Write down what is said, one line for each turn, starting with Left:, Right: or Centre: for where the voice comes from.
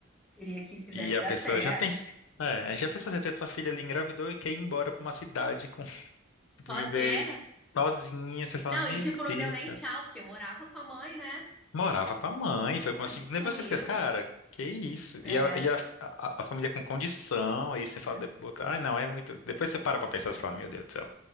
Centre: queria que fizesse
Left: e a
Centre: dar
Left: pessoa
Centre: certo.
Left: já pensa, é, já pensou você ter tua filha ali engravidou e quer ir embora pra uma cidade com, <laughs>
Centre: Só,
Left: viver
Centre: é.
Left: sozinha, você fala,
Centre: Não,
Left: meu
Centre: e tipo, não
Left: Deus.
Centre: deu nem tchau, porque morava com a mãe, né?
Left: Morava com a mãe, foi bom
Centre: Tipo,
Left: assim.
Centre: sumiu.
Left: Depois você fica assim, cara, que isso?
Centre: É,
Left: E a, e a, a- a família com condição, aí você fala,
Centre: é.
Left: depois, ai não, é muito. Depois você para pra pensar, você fala, meu Deus do céu.